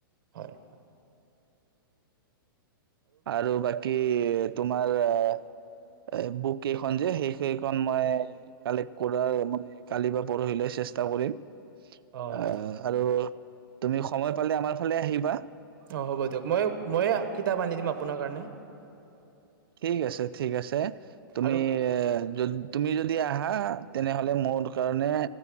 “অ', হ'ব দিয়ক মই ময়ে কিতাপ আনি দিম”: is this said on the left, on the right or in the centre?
Right